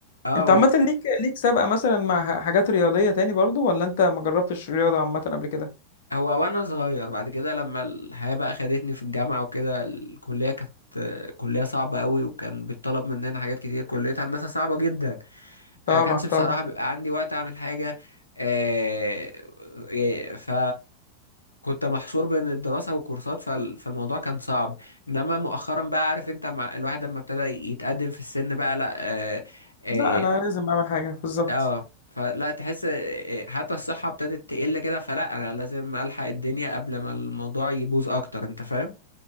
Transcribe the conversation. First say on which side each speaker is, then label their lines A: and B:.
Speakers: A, on the left; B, on the left.
A: اه
B: انت عامة
A: و...
B: ليك ليك سابقة مثلا مع ح- حاجات رياضية تاني برضو ولا انت ما جربتش رياضة عامة قبل كده
A: هو وانا صغير بعد كده لما الحياه بقى خدتني في الجامعه وكده الكليه كانت آه، كليه صعبه قوي وكان بيطلب مننا حاجات كتير كليه هندسه صعبه جدا
B: طبعا
A: آه، كانش
B: طبعا
A: بصراحه بيبقى عندي وقت اعمل حاجه آه، آه، ف كنت محشور بين الدراسة والكورسات فال... فالموضوع كان صعب انما مؤخرا بقى عارف انت مع الواحد لما ابتدى يتقدم في السن بقى لا اه اه,
B: لا انا لازم اعمل حاجة بالظبط
A: آه فلا تحس آه، حتى الصحة ابتدت تقل كده فلا انا لازم الحق الدنيا قبل ما الموضوع يبوظ اكتر انت فاهم